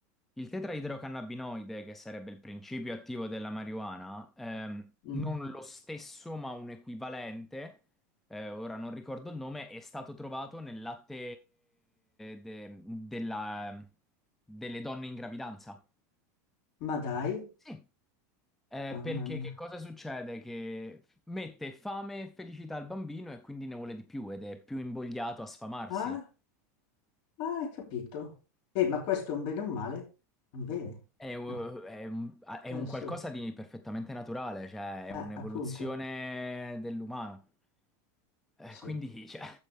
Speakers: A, in the centre; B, on the left.
A: il tetraidrocannabinoide, che sarebbe il principio attivo della marijuana, ehm,
B: Mm.
A: non lo stesso ma un equivalente, eh, ora non ricordo il nome, è stato trovato nel latte de- della- delle donne in gravidanza.
B: Ma dai,
A: Sì. Eh,
B: mamma
A: perché
B: mia.
A: che cosa succede? Che f- mette fame e felicità al bambino e quindi ne vuole di più ed è più invogliato a sfamarsi.
B: Ah, ah, hai capito? Eh, ma questo è un bene o un male? Un bene,
A: È, u-
B: no,
A: è un è
B: eh,
A: un
B: sì.
A: qualcosa di perfettamente naturale, cioè è
B: Eh,
A: un'evoluzione
B: appunto,
A: dell'umano. Eh,
B: sì.
A: quindi, cioè,